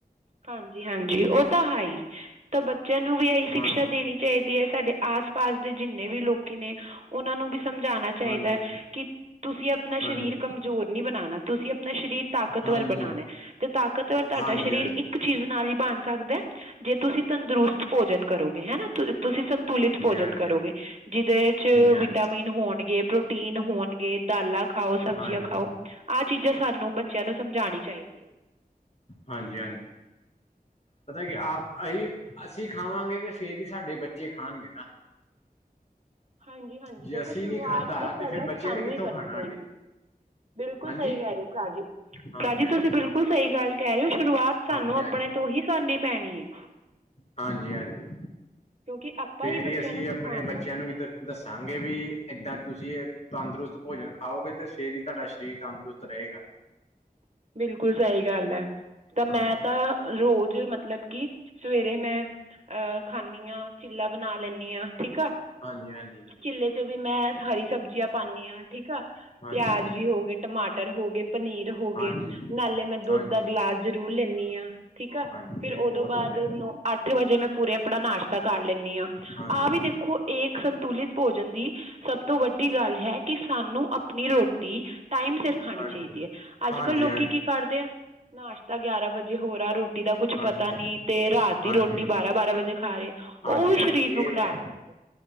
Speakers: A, on the right; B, on the left.
A: ਹਾਂਜੀ, ਹਾਂਜੀ, ਉਹ ਤਾਂ ਹੈ ਹੀ, ਤਾਂ ਬੱਚਿਆਂ ਨੂੰ ਵੀ ਇਹੀ ਸ਼ਿਕਸ਼ਾ
B: ਹਾਂਜੀ,
A: ਦੇਣੀ। ਚਾਹੀਦੀ ਹੈ ਸਾਡੇ ਆਸ ਪਾਸ ਦੇ, ਜਿੰਨੇ ਵੀ ਲੋਕੀ ਨੇ ਉਹਨਾਂ ਨੂੰ ਵੀ ਸਮਝਾਣਾ ਚਾਹੀਦਾ
B: ਹਾਂਜੀ,
A: ਹੈ ਕਿ, ਤੁਸੀਂ ਆਪਣਾ
B: ਹਾਂਜੀ,
A: ਸਰੀਰ ਕਮਜ਼ੋਰ ਨਹੀਂ ਬਣਾਉਣਾ ਤੁਸੀਂ ਆਪਣਾ ਸਰੀਰ ਤਾਕ ਤਾਕਤਵਰ
B: ਹਾਂਜੀ-ਹਾਂਜੀ,
A: ਬਣਾਉਣਾ ਹੈ, ਤੇ ਤਾਕਤਵਰ ਤੁਹਾਡਾ
B: ਹਾਂਜੀ-ਹਾਂਜੀ।
A: ਸਰੀਰ ਇੱਕ
B: ਹਾਂਜੀ-ਹਾਂਜੀ,
A: ਚੀਜ਼ ਨਾਲ ਹੀ ਬਣ ਸਕਦਾ ਹੈ, ਜੇ ਤੁਸੀਂ ਤੰਦਰੁਸਤ ਭੋਜਨ ਕਰੋਗੇ ਹਨਾ। ਤੁਸੀਂ ਸੰਤੁਲਿਤ ਭੋਜਨ
B: ਹਾਂਜੀ,
A: ਕਰੋਗੇ,
B: ਹਾਂਜੀ-ਹਾਂਜੀ,
A: ਜਿਹਦੇ ਚ
B: ਹਾਂਜੀ-ਹਾਂਜੀ,
A: ਵਿਟਾਮਿਨ ਹੋਣਗੇ ਪ੍ਰੋ ਟੀਨ ਹੋਣਗੇ ਦਾਲਾ ਖਾਓ ਸਬਜ਼ੀਆਂ
B: ਹਾਂਜੀ,
A: ਖਾਓ, ਆਹ ਚੀਜ਼ਾਂ ਸਾਨੂੰ ਬੱਚਿਆਂ ਨੂੰ ਸਮਝਾਉਣੀ ਚਾਹੀਦੀ ਹੈ।
B: ਹਾਂਜੀ-ਹਾਂਜੀ। ਪਤਾ ਕੀ ਆਪ ਅਸੀਂ-ਅਸੀਂ ਖਾਵਾਂਗੇ, ਤੇ ਫੇਰ ਹੀ ਸਾਡੇ ਬੱਚੇ ਖਾਣਗੇ ਨਾ।
A: ਹਾਂਜੀ, ਹਾਂਜੀ,
B: ਜੇ
A: ਦੇਖੋ
B: ਅਸੀਂ
A: ਸ਼ੁਰੂਆਤ
B: ਨੀ ਖਾਧਾ
A: ਤੇ ਪਹਿਲਾਂ
B: ਫੇਰ ਬੱਚਿਆਂ
A: ਸਾਨੂੰ
B: ਨੇ ਕਿੱਥੋਂ
A: ਹੀ ਕਰਨੀ
B: ਖਾਣਾ
A: ਪਏਗੀ।
B: ਹਾਡੇ
A: ਬਿਲਕੁਲ
B: ਹਾਂਜੀ,
A: ਸਹੀ ਕਹਿ ਰਹੇ ਹੋ, ਭਰਾ ਜੀ
B: ਹਾਂਜੀ-ਹਾਂਜੀ।
A: ਭਰਾ ਜੀ ਤੁਸੀਂ ਬਿਲਕੁਲ ਕੁ ਸਹੀ ਗੱਲ ਕਹਿ ਰਹੇ ਹੋ, ਸ਼ੁਰੂਆਤ ਸਾਨੂੰ
B: ਹਾਂਜੀ-ਹਾਂਜੀ,
A: ਆਪਣੇ ਤੋਂ ਹੀ ਕਰਨੀ ਪੈਣੀ ਹੈ।
B: ਹਾਂਜੀ-ਹਾਂਜੀ।
A: ਕਿਉਂਕਿ ਆਪਾਂ
B: ਫੇਰ
A: ਬੱਚਿਆਂ
B: ਹੀ ਅਸੀਂ
A: ਨੂੰ
B: ਆਪਣੇ
A: ਸਿਖਾਉਣਾ
B: ਬੱਚਿਆਂ
A: ਹੈ।
B: ਨੂੰ ਵੀ ਦ ਦੱਸਾਂਗੇ, ਵੀ ਏਦਾਂ ਤੁਸੀਂ ਤੰਦਰੁਸਤ ਭੋਜਨ ਖਾਓਗੇ, ਤੇ ਫੇਰ ਹੀ ਤੁਹਾਡਾ ਸਰੀਰ ਤੰਦਰੁਸਤ ਰਹੇਗਾ।
A: <unintelligible> ਬਿਲਕੁਲ ਸਹੀ ਗੱਲ ਹੈ, ਤਾਂ ਮੈਂ
B: ਹਾਂਜੀ।
A: ਤਾਂ ਰੋਜ਼ ਮਤਲਬ ਕਿ ਸਵੇਰੇ ਮੈਂ ਅਹ ਖਾਂਦੀ ਹਾਂ, ਚਿੱਲਾ ਬਣਾ ਲੈਂਦੀ ਹਾਂ ਠੀਕ ਆ।
B: ਹਾਂਜੀ, ਹਾਂਜੀ।
A: ਚਿਲੇ ਚ ਵੀ ਮੈਂ ਹਰੀ ਸਬਜ਼ੀਆਂ ਪਾਨੀ ਆ ਠੀਕ ਆ,
B: ਹਾਂਜੀ,
A: ਪਿਆਜ ਵੀ ਹੋ ਗਏ। ਟਮਾਟਰ ਹੋ ਗਏ ਪਨੀਰ ਹੋ
B: ਹਾਂਜੀ।
A: ਗਏ
B: ਹਾਂਜੀ।
A: ਨਾਲੇ ਮੈਂ, ਦੁੱਧ
B: ਹਾਂਜੀ
A: ਦਾ ਗਿਲਾਸ ਜ਼ਰੂਰ ਲੈਂਣੀ ਹਾਂ, ਠੀਕ ਆ,
B: ਹਾਂਜੀ
A: ਫਿਰ
B: ਨਹੀਂ
A: ਉਹਦੋਂ
B: ਬਹੁਤ
A: ਬਾਅਦ
B: ਵਧੀਆ
A: ਨ ਅੱਠ ਵਜੇ, ਮੈਂ ਪੂਰੇ ਆਪਣਾ ਨਾਸ਼ਤਾ ਕਰ ਲੈਂਣੀ ਆ।
B: ਹਾਂਜੀ,
A: ਆਹ ਵੀ ਦੇਖੋ, ਏਕ ਸੰਤੁਲਿਤ ਭੋਜਨ ਦੀ ਸਭ ਤੋਂ ਵੱਡੀ ਗੱਲ ਹੈ, ਕਿ ਸਾਨੂੰ ਆਪਣੀ ਰੋਟੀ ਟਾਈਮ ਸਿਰ ਖਾਣੀ
B: ਹਾਂਜੀ।
A: ਚਾਹੀਦੀ ਹੈ। ਅੱਜ
B: ਹਾਂਜੀ-ਹਾਂਜੀ,
A: ਕੱਲ੍ਹ ਲੋਕੀ ਕੀ ਕਰਦੇ ਆ, ਨਾਸ਼ਤਾ ਗਿਆਰਾਂ ਵਜੇ ਹੋਰ ਆ ਰਿਹਾ ਰੋ ਏ ਦਾ ਕੁਛ
B: ਹਾਂਜੀ,
A: ਪਤਾ ਨਈ, ਤੇ ਰਾਤ ਦੀ
B: ਹਾਂਜੀ,
A: ਰੋਟੀ ਬਾਰਾਂ ਬਾਰਾਂ ਵਜੇ ਖਾ, ਲਈ
B: ਹਾਂਜੀ-ਹਾਂਜੀ
A: ਉਹ ਵੀ ਸਰੀਰ ਨੂੰ
B: ਇਹ
A: ਖ਼ਰਾਬ
B: ਤੇ ਹੈ।
A: ਕਰਦਾ